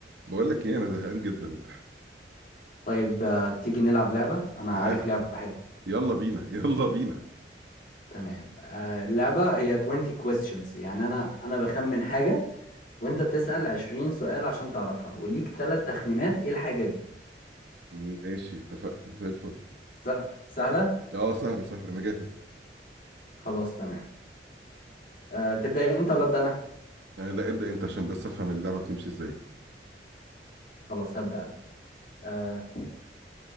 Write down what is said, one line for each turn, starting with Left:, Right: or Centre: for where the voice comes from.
Right: بقول لك ايه انا زهقان جدا يلا
Left: طيب آه، تيجي نلعب لعبة أنا
Right: تعال
Left: عارف لعبة حلوة
Right: يلا بينا <laughs> يلا بينا
Left: تمام آه، اللعبة هي 20 questions يعني أنا أنا بخمن حاجة وأنت بتسأل 20 سؤال عشان تعرفها وليك ثلاث تخمينات إيه الحاجة دي
Right: ماشي اتفقنا زي الفل
Left: س- سهلة
Right: اه سهله سهله انا جاهز
Left: خلاص تمام أه تبدأ أنت ولا أبدأ أنا
Right: آه لا ابدا انت عشان بس افهم اللعبه بتمشي ازاي
Left: خلاص هبدأ أنا أه